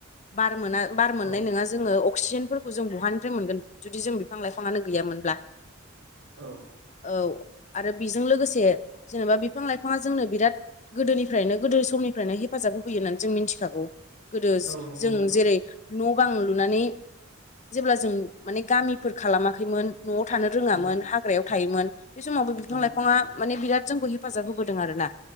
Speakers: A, on the left; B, on the right.
A: बार मोना बार मोननाय
B: औ
A: नंङा जोंङो अक्सिजेनफोरखौ जों बहानिफ्राय मोनगोन जुदि जों बिफां लाइफाङानो गैयामोन मोनब्ला
B: औ
A: औ आरो बेजों लोगोसे जेनेबा बिफां- लाइफाङा जोंनो बिराद गोदोनिफ्रायनो गोदो समनिफ्रायनो हेफाजाब होफैयो होननानै जों मिथिखागौ गोदो
B: औ नंगौ
A: जों
B: नोंथां
A: जेरै न' बां लुनानै जेब्ला जों माने गामिफोर खालामाखैमोन न'आव थानो रोङामोन
B: उम
A: हाग्रायाव थायोमोन बे समाव बिफां
B: उम
A: लाइफांङा माने बिराद जोंखौ हेफाजाब होबोदों आर ना